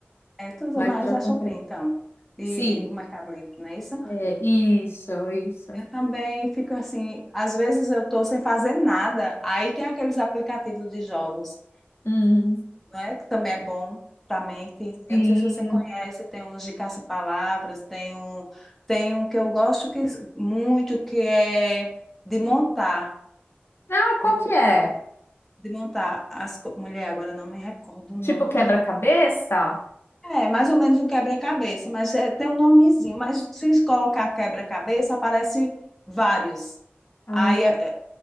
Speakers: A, in the centre; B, on the left.
A: É, tu usa
B: Mas
A: mais
B: eu já
A: a
B: comprei.
A: Shopee, então, e
B: Sim,
A: o Mercado Livre, não é isso?
B: é isso, isso.
A: Eu também fico assim, às vezes eu tô sem fazer nada, aí tem aqueles aplicativos de jogos,
B: Uhum.
A: não é? Que também é bom pra mente.
B: Sim.
A: Eu não sei se você conhece, tem uns de caça-palavras, tem um, tem um que eu gosto que, muito, que é de montar,
B: Ah, qual
A: de, mon-
B: que é?
A: de montar as... co- Mulher, agora eu não me recordo o nome
B: Tipo quebra-cabeça?
A: de... É, mais ou menos um quebra-cabeça, mas é, tem um nomezinho. Mas se colocar quebra-cabeça, aparece vários.
B: Ah,
A: Aí é,